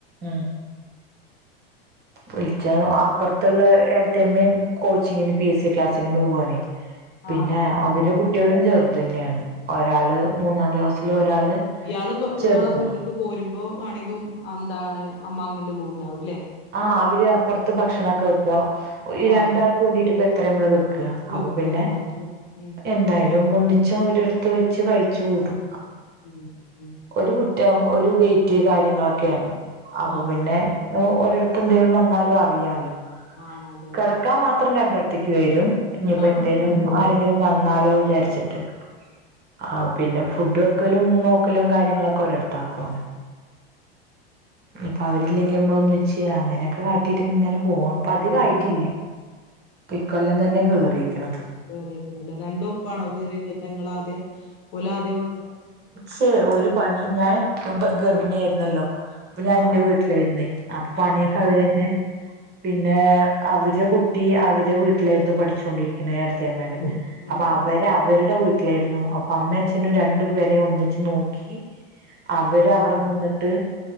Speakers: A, on the right; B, on the left.
A: ഏഹ് വിളിച്ചാ അപ്പുറത്തുള്ള ഏടത്തി അമ്മേം കോച്ചിങ്ങിന് പി എസ് സി ക്ലാസ്സിന്ന് പോവാണേ പിന്നെ
B: ആണോ ആ
A: അവര്
B: ഉം
A: കുട്ട്യാളും ചെറുത് തന്നെയാണ് ഒരാള് മൂന്നാം ക്ലാസ്സില് ഒരാള്
B: ഇയാള്
A: ചെറുതാ
B: ഇയാളെ വീട്ടക്ക് പോരുമ്പോ വേണമെങ്കിൽ എന്താണ് അമ്മ അങ്ങട്ട് പോകുണ്ടാകും ലേ
A: ആഹ് അവര് അപ്പുറത്ത് ഭക്ഷണൊക്കെ വെക്ക ഈ
B: ആ
A: രണ്ടാൾക്ക് വേണ്ടീട്ട് ഇപ്പ എത്രയും മള് വെ ക്ക്ഹ
B: വെക്കാണ്
A: അപ്പൊ പിന്നെ
B: ഉം
A: എന്തായാലും ഒന്നിച്ച ഒരിടത്ത് വെച്ച് കഴിച്ചു കൂടും
B: ഉം ഉം
A: ഒരു മുറ്റവും ഒരു ഗേറ്റ് കാര്യങ്ങളൊക്കെയാണ് അപ്പൊ
B: ആണല്ലേ
A: പിന്നെ ഒരിടത്ത പ്പന്തേലും വന്നാലും അറിയാലോ
B: ആഹ് അതെ
A: കിടക്കാൻ
B: അതെ
A: മാത്രം
B: തൊടക്കാൻ
A: രണ്ടിടത്തേക്ക് വരും ഇനിയിപ്പോ
B: ആഹ്
A: എന്തേലും ആരെങ്കിലും വന്നാലോ വിചാരിച്ചിട്ട് ആഹ് പിന്നെ ഫുഡ് വെക്കലും നോക്കലും കാര്യങ്ങളൊക്കെ ഒരിടത്ത ആക്കോ ഇപ്പൊ അവരില്ലെങ്കി നമ്മള ഒന്നിച്ച് അങ്ങനെയൊക്കെ കാട്ടിട്ട് ഇങ്ങനെ പോവുനു ഇപ്പൊ അതികായിട്ടില്ല
B: പോവണ്ട്
A: ഇക്കൊല്ലം തന്നെ കേറികണ്
B: കേറിക്ക്ണല്ലേ രണ്ടു ഒപ്പാണോ കേറിയ അല്ലേ നിങ്ങൾ ആദ്യം ഓൽ ആദ്യം
A: ശേ ഒരു പണി ഞാൻ മുമ്പ് ഗർഭിണി ആയിരുന്നല്ലോ അപ്പൊ ഞാൻ
B: ആഹ്
A: ഇന്റെ വീട്ടിലായിരുന്നേ അപ്പൊ പണിയൊക്കെ
B: ആഹ് ആഹ്
A: അവര്ന്നെ പിന്നെ അവരെ കുട്ടി അവരെ വീട്ടിലായിരുന്നു പഠിച്ചോണ്ടിരിക്കുന്നേട് യമ്മേയുടെ
B: ഉം ഉം
A: അപ്പൊ അവര്
B: ഉം
A: അവരുടെ വീട്ടിലായിരുന്നു അമ്മ അച്ഛനും രണ്ടു പേരെയും ഒന്നിച്ച് നോക്കി അവര
B: ആഹ്
A: അവിടെ നിന്നിട്ട്